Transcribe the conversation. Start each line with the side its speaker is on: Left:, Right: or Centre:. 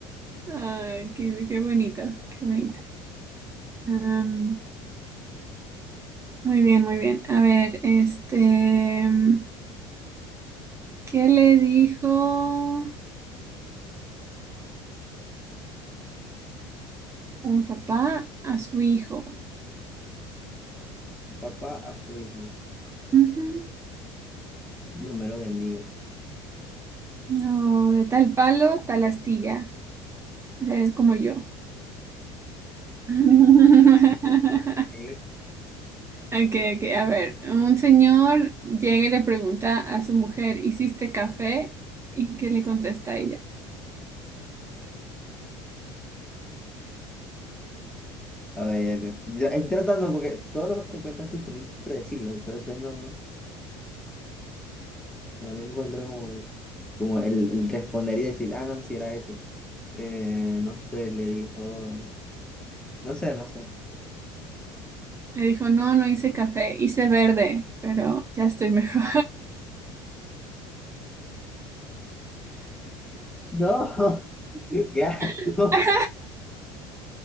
Right: Ay, qué, qué bonito, qué bonito. Am, muy bien, muy bien. A ver, este, mm, ¿qué le dijo un papá a su hijo?
Centre: Papá a su hijo,
Right: Ujú.
Centre: Dios me lo bendiga. <laughs>
Right: No, de tal palo, tal astilla. Eres como yo. <laughs>
Centre: Ok,
Right: Okay, okay, a ver, un señor llega y le pregunta a su mujer, ¿hiciste café? ¿Y qué le contesta
Centre: A ver, yo estoy tratando porque todos los que cuentas tú son impredecibles, entonces no, no le encuentro como, el- como el, el responder y decir, ah, no, si era eso. Eh, no sé, le dijo, no sé, no sé.
Right: Me dijo, no, no hice café, hice verde, pero ya estoy mejor.
Centre: No, <laughs> qué asco.
Right: <laughs>